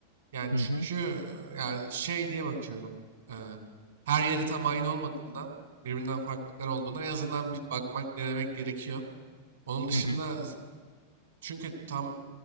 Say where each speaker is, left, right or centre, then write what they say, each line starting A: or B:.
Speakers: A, on the right (about 65°); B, on the right (about 80°).
A: Yani
B: Hı
A: çünkü
B: hı.
A: e, ya şey diye bakıyorum. E, her yeri tam aynı olmadığından birbirinden farklılıklar olduğundan en azından bir bakmak, denemek gerekiyor. Onun dışında
B: Hı hı.
A: z- çünkü tam